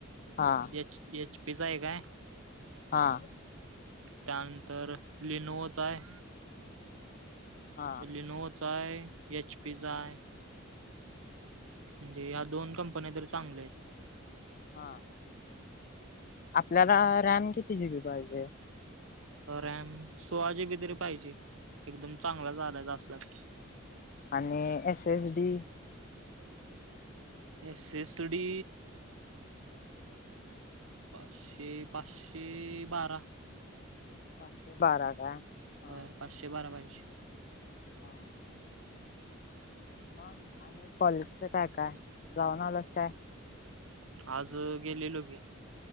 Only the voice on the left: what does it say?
हा
हां.
हा
हा आपल्याला रॅम किती जिबी पाहिजे.
आणि S S D
पा बारा काय हा
हां. मग आणि कॉलेजच काय काय जाऊन आलास काय?